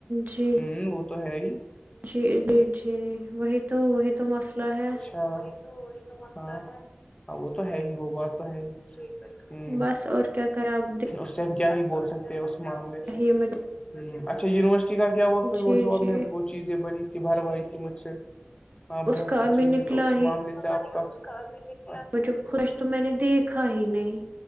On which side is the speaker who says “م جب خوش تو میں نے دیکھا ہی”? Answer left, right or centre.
Right